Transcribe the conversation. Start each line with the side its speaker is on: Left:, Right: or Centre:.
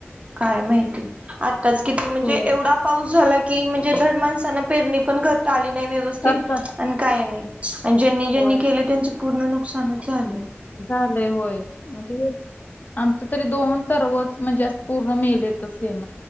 Right: काय माहिती आत्ताच किती म्हणजे
Left: हो
Right: एवढं आप पाऊस झाला की म्हणजे धड माणसांना पेरणी पण करता आली नाही व्यवस्थ
Left: करतात
Right: तीत आणि काही नाही आणि ज्यांनी ज्यांनी
Left: होय
Right: केलयं त्यांचे पूर्ण नुकसानच झालंयं.
Left: झालयं होय म्हणजे आमच तरी दोन तरवच म्हणजे अस पूर्ण मेलेतच हेन.